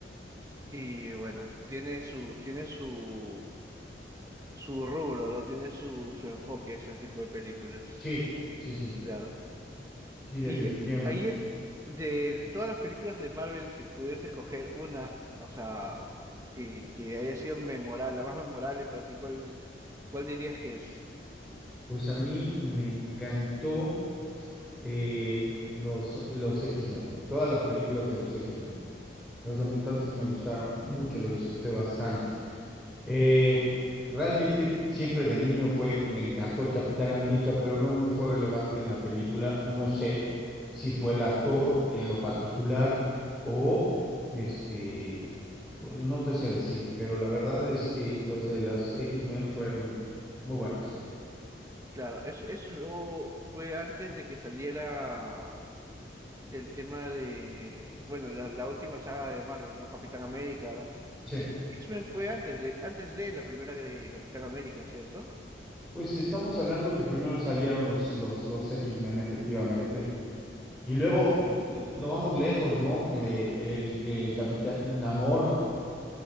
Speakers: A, on the right (about 20°); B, in the centre.
A: y bueno, tiene su, tiene su, su rubro, ¿no? Tiene su, su enfoque ese tipo de películas,
B: Sí, sí, sí.
A: claro.
B: Sí, definitivamente.
A: Y ahí, de, de todas las películas de Marvel, si pudieras escoger una, o sea, que, que haya sido memorable, la más memorable para ti, ¿cuál, cuál dirías que es?
B: Pues a mí me encantó eh, los, los X-Men, todas las películas de los X-Men. Los de Mutantes me gustaron mucho, lo disfruté bastante. Eh, realmente siempre de niño fue, me encantó el Capitán América, pero no me fue relevante en la película. No sé si fue el actor en lo particular o este, pues, no te sé decir, pero la verdad es que los de las X-Men fueron muy buenas.
A: Claro, es, eso fue antes de que saliera el tema de, bueno, la, la última saga de Marvel, ¿no? Capitán América.
B: Sí.
A: X-Men fue antes de, antes de la primera de Capitán América, ¿cierto?
B: Pues estamos hablando que primero salieron los, los, los X-Men, efectivamente. Y luego, mm, no vamos lejos, ¿no? Eh, el, el Capitán Namor,